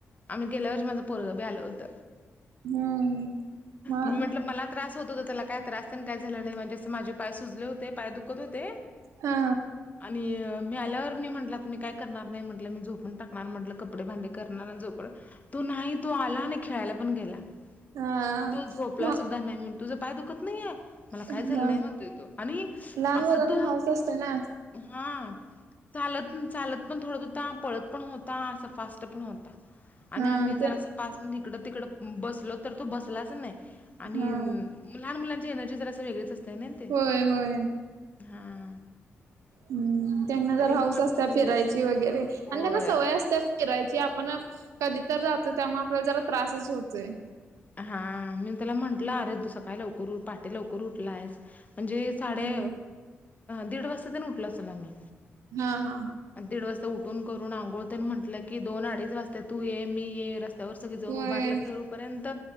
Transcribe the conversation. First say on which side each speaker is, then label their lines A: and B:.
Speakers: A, on the left; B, on the right.
A: आम्ही गेल्या वर्षी माझं पोरगं बी आल होत
B: हम्म म
A: म्हटल मला त्रास होतो त्याला काय त्रास काय झालं नाही माझ्या माझे पाय सुजले होते पाय दुखत होते
B: हा
A: आणि मी आल्यावर मी म्हटला मी काय करणार नाही म्हटलं मी झोपून टाणार म्हटलं कपडे भांडे करणार जो पण तो नाही तो आला आणि खेळायला पण गेला
B: हा
A: तू झोपला
B: म
A: सुद्धा नाही म्हण तुझं पाय दुखत नाहीय मला
B: हा
A: काय झालं नाही म्हणता य तो आणि
B: लहान
A: असं
B: मुलांना
A: तो
B: हाऊस असते ना
A: हा चालत चालत पण थोडत होता पळत पण होता असं फास्ट पण होता आणि
B: हा
A: आम्ही जरा
B: ते
A: असं पास इिकडं तिकडं बसल तर तो बसलाच नाही आणि
B: हा
A: लहान मुलांची एनर्जी जर असं वेगळीच असत ना ते
B: होय होय
A: हा
B: हम्म त्यांना जर
A: तरी
B: हाऊस
A: मी म्हणतो
B: असत
A: त्याला
B: फिरायची वगैरे आणि
A: होय.
B: त्यांना सवय असत फिरायची आपण कधी तरर जातो त्यामुळे आपल्याला जरा त्रासच होतोय
A: हा मी त्याला म्हंटलं अरे तू सकाळी लवकर पाटे लवकर उठला आहेस म्हणजे साडे
B: हा.
A: दीड वाजता त्यां उठल असेल आम्ही
B: हा हा
A: दीड वाजता उठून करून आंघोळतेने म्हटलं की दोन अडीच वाजता तू ये मी ये रस्त्यावर सगळी जाऊन
B: होय
A: उभारलं कूपर्यंत